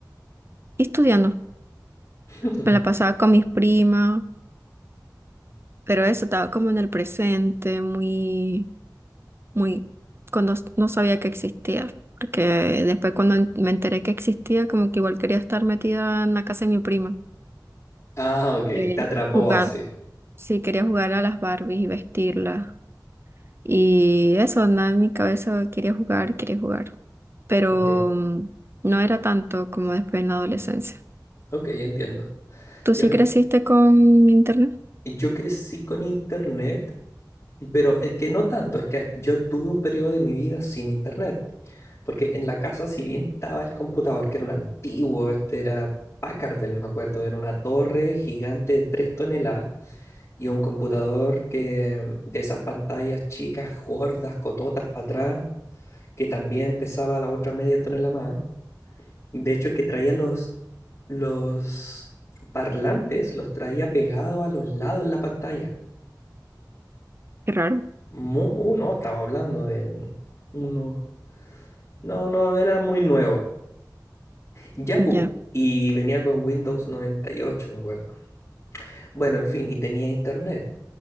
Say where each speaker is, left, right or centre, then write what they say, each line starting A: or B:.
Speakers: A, on the right; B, on the left.
A: y estudiando.
B: <laughs>
A: Me la pasaba con mis primas, pero eso estaba como en el presente, muy muy, cuando s- no sabía que existía, porque después cuando en- me enteré que existía, como que igual quería estar metida en la casa de mi prima,
B: Ah, ok,
A: eh,
B: te atrapó
A: jugar,
B: así.
A: sí, quería jugar a las Barbies y vestirlas. Y eso, nada en mi cabeza, quería jugar, quería jugar, pero
B: Ok,
A: mm, no era tanto como después en la adolescencia.
B: ok, entiendo.
A: ¿Tú
B: Ya
A: sí
B: vi-
A: creciste con internet?
B: yo crecí con internet, pero es que no tanto, es que yo tuve un periodo de mi vida sin internet, porque en la casa, si bien estaba el computador, que era un antiguo, este era Packard Bell, me acuerdo, era una torre gigante de 3 toneladas y un computador que mm, de esas pantallas chicas, gordas, cototas para atrás, que también pesaba la otra media tonelada más. De hecho, que traía los los parlantes los traía pegados a los lados de la pantalla.
A: Qué raro.
B: Mu- uh, no, estamos hablando de un- unos... No, no, era muy nuevo. Ya,
A: Ya.
B: pu, Y venía con Windows 98, me acuerdo. Bueno, en fin, y tenía internet.